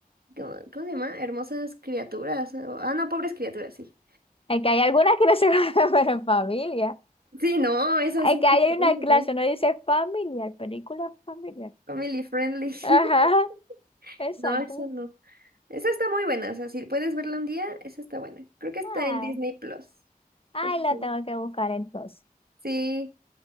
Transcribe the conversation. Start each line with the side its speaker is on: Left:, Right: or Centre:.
Right: ¿Cómo, cómo se llama? Hermosas criaturas. o- Ah, no, pobres criaturas, sí.
Left: Es que hay algunas que no se guardan <laughs> pero en familia.
Right: Sí, no, eso
Left: Es
Right: sí.
Left: que hay
Right: <laughs>
Left: una clase, no dice familiar, película familiar.
Right: Family friendly.
Left: Ajá,
Right: <laughs>
Left: exacto.
Right: No, eso no. Esa está muy buena, o sea, si puedes verla un día, esa está buena. Creo que está
Left: Ay,
Right: en Disney Plus.
Left: ay,
Right: por si-
Left: la tengo que buscar entonces.
Right: Sí.